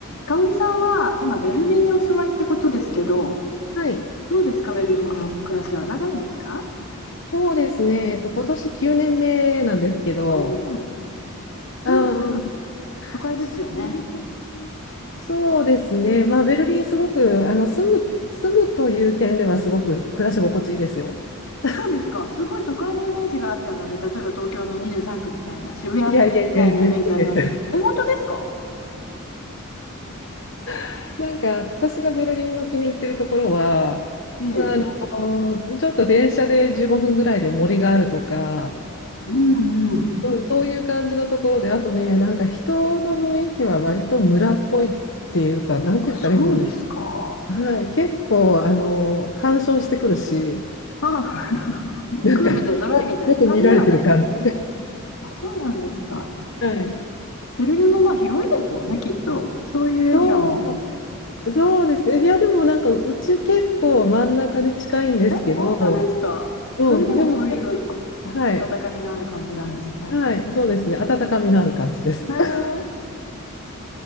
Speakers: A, on the left (about 75°); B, on the left (about 55°).
A: 香織さんは今ベルリンにお住まいってことですけど、
B: はい。
A: どうですか、ベルリンの暮らしは長いんですか
B: そうですね。えっと、今年9年目なんですけど、
A: おお
B: あー、
A: どうですか
B: <laughs>
A: 都会ですよね。
B: そうそうですね。まあ、ベルリンすごく、あの、住む、住むという点ではすごく暮らし心地いいですよ。<laughs>
A: そうですか、すごい都会のイメージがあったので、例えば東京の23区みたいな、渋谷みたいなイメージありましたけど、
B: いやいやいや、全然です。
A: え、本当ですか
B: <laughs> なんか私がベルリンの気に入ってるところは、
A: ええ、
B: まあ、あのちょっと電車で15分ぐらいで森があるとか、
A: うんうん、
B: うん、そういう感じのところで、あとね、なんか人の雰囲気は割と村っぽいっていうか、なんて言ったらいいんだろ
A: あ、そうですか。
B: う。はい、結構、あの、干渉してくるし、
A: あ、<laughs>
B: なんか、
A: クールでドライみたいな感じではないんですね。
B: よくよく見られてる感じ。
A: あ、そうなんですか。
B: はい。
A: ベルリンもまあ広いですよね、きっと。そういうエリアも
B: そう、そうですね。いや、でもなんか、うち結構真ん中で近いんですけど、
A: え、本当ですかそれでもそういう
B: うん、でも、そはい、
A: 温かみのある感じなんですね。
B: はい、そうですね。温かみのある感じです。
A: へえ、
B: <laughs>